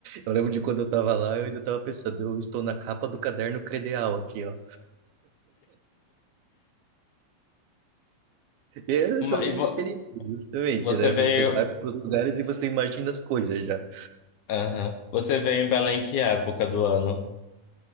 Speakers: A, on the right; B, on the left.
A: eu lembro de quando eu tava lá, eu ainda tava pensando, eu estou na capa do caderno credencial aqui, ó. E essas
B: Mas e
A: experiências,
B: vo-
A: justamente,
B: você
A: né?
B: veio.
A: Você vai para os lugares e você imagina as coisas já.
B: Aham. Você veio em Belém que época do ano?